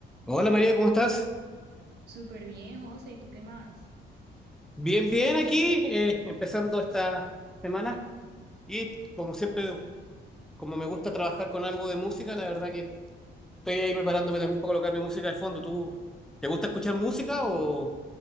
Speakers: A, in the centre; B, on the right.
A: Hola María, ¿cómo estás?
B: Súper bien, José, ¿y tú qué más?
A: Bien, bien aquí, eh, empezando esta semana. Y como siempre,
B: Ay, sí.
A: como me gusta trabajar con algo de música, la verdad que estoy ahí preparándome también para colocar mi música de fondo. ¿Tú te gusta escuchar música o,